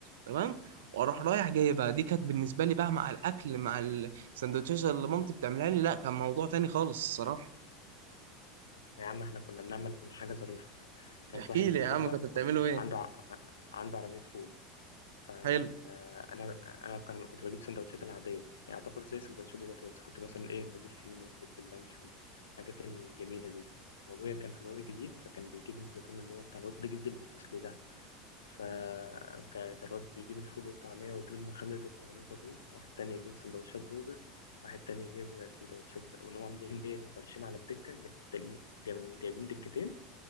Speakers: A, on the right (about 75°); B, on the left (about 85°).
A: تمام واروح رايح جايبها دي كانت بالنسبه لي بقى مع الاكل مع السندوتشات اللي مامتي بتعملها لي لا كان موضوع تاني خالص الصراحه
B: لا يا عم احنا كنا بنعمل حاجه ظريفه كان
A: احكي
B: في واحد صاحبنا
A: لي يا عم كنت بتعملوا
B: ابوه
A: ايه
B: عنده ع- عنده عربيه فول فكنا
A: حلو
B: انا انا كان كنت بجيب سندوتشات العاديه يعني اعتبر زي السندوتشات دلوقتي بس كنت مثلا ايه بجيب فينو بيض باللانشون الحاجات الجميله دي وابويا كان في الواد الجديد فكان بيجيب الزيتون اللي هو بتاع الواد الجديد الاصلي ده فكان الواد بيجيب الفول والطعميه ويجيب المخلل بتاع عربيه ابوه واحد تاني يجيب سندوتشات برجر واحد تاني يجيب سندوتشات بتاع ونقوم عاملين ايه فرشين على الدكه جا- جا- جا- جايبين دكتين